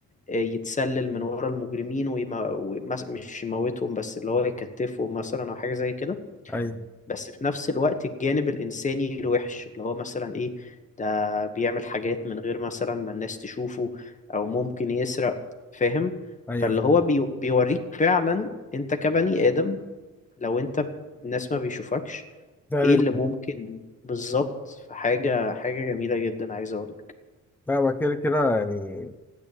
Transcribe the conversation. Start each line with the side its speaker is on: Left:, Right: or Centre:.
Left: آه، يتسلل من ورا المجرمين ومش يموتهم بس اللي هو يكتفهم مثلا أو حاجة زي كده
Centre: ايوه
Left: بس في نفس الوقت الجانب الإنساني الوحش اللي هو مثلا إيه ده بيعمل حاجات من غير مثلا ما الناس تشوفه أو ممكن يسرق فاهم
Centre: ايوه
Left: فاللي
Centre: فاهم.
Left: هو بي بيوريك فعلا أنت كبني آدم لو أنت ب- الناس ما بيشوفكش
Centre: تعمل
Left: إيه اللي
Centre: ايه
Left: ممكن بالظبط فحاجة حاجة جميلة جدا عايز أقولك
Centre: لا ما كده كده يعني